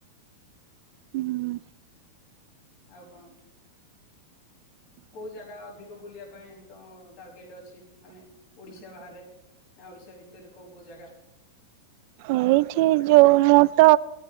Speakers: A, on the right (about 45°); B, on the left (about 35°).
A: ହୁଁ।
B: ଆଉ କଣ କୁହ। କୋଉ ଜାଗା ଅଧିକ ବୁଲିବା ପାଇଁ ତମ ଟାର୍ଗେଟେ ଅଛି ମାନେ ଓଡିଶା ବାହାରେ? ନା ଓଡିଶା ଭିତରେ କୋଉ କୋଉ ଜାଗା?
A: ଏଇଠି ଯୋଉ ମୁଁ ତ